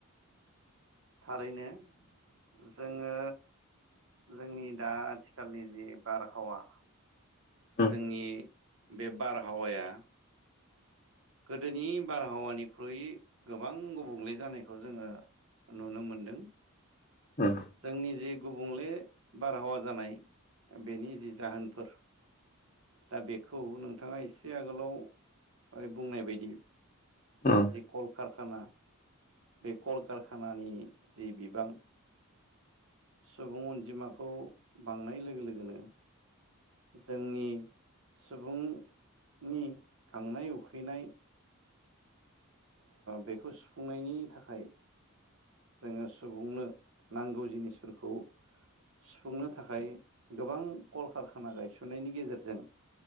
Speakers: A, on the right; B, on the left.
A: थारैनो। जोङो जोंनि दा आथिखालनि जि बारहावा।
B: उम
A: जोंनि बे बारहावाया गोदोनि बारहावानिख्रुइ गोबां गुबुंले जानायखौ जोङो नुनो मोनदों।
B: <unintelligible>
A: जोंनि जि गुबुंले बारहावा जानाय, बेनि जि जाहोनफोर दा बेखौ नोंथांङा एसे आगोलाव बुंनाय बायदि
B: <unintelligible>
A: जि कलकारखाना बे कल कारखानानि जि बिबां सुबुं अनजिमाखौ बांनाय लोगो लोगोनो जोंनि सुबुंनि गांनाय उखैनाय बेखौ सुफुंनायनि थाखाय जोंङो सुबुंनो नांगौ जिनिसफोरखौ सुफुंनो थाखाय गोबां कलकारखाना गायसननायनि गेजेरजों